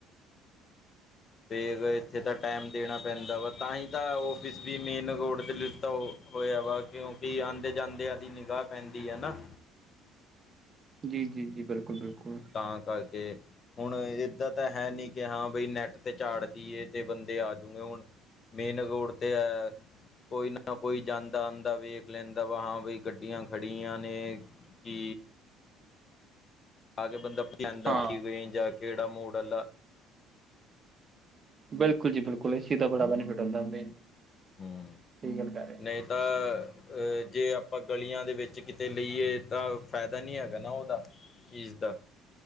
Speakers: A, on the left; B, on the right.
A: ਫਿਰ ਇੱਥੇ ਤਾਂ ਟਾਈਮ ਦੇਣਾ ਪੈਂਦਾ ਵਾ ਤਾਂ ਹੀ ਤਾਂ ਔਫਿਸ ਵੀ ਮੇਨ ਰੋਡ 'ਤੇ ਲਤਾ ਉਹ ਹੋਇਆ ਵਾ ਕਿਉਂਕਿ ਆਉਂਦੇ ਜਾਂਦਿਆਂ ਦੀ ਨਿਗਾਹ ਪੈਂਦੀ ਹੈ ਨਾ।
B: ਜੀ ਜੀ ਜੀ ਬਿਲਕੁਲ ਬਿਲਕੁਲ
A: ਤਾਂ ਕਰਕੇ ਹੁਣ ਏਦਾਂ ਤਾਂ ਹੈ ਨਹੀਂ ਕਿ ਹਾਂ ਬਈ ਨੈੱਟ ਤੇ ਚੜਦੀਏ ਤੇ ਬੰਦੇ ਆਜੂਗੇ ਹੁਣ ਮੇਨ ਰੋਡ ਤੇ ਹੈ। ਕੋਈ ਨਾ ਕੋਈ ਜਾਂਦਾ ਆਉਂਦਾ ਵੇਖ ਲੈਂਦਾ ਵਾ ਹਾਂ ਬਈ ਗੱਡੀਆਂ ਖੜੀਆਂ ਨੇ। ਕਿ ਆ ਕੇ ਬੰਦਾ ਪਦਾ
B: ਹਾਂ
A: ਵ ਜਾ ਕਿਹੜਾ ਮੂੜਲਾ
B: ਬਿਲਕੁਲ ਜੀ ਬਿਲਕੁਲ ਏ ਤਾਂ ਬੜਾ ਬੈਨੀਫਿਟ ਹੁੰਦਾ ਸਹੀ
A: ਹੂੰ
B: ਗੱਲ ਕਰ ਰਿ
A: ਨਹੀਂ ਤਾਂ ਅਹ ਜੇ ਆਪਾਂ ਗਲੀਆਂ ਦੇ ਵਿੱਚ ਕਿਤੇ ਲਈਏ ਤਾਂ ਫਾਇਦਾ ਨਹੀਂ ਹੈਗਾ ਨਾ ਉਹਦਾ। ਚੀਜ਼ ਦਾ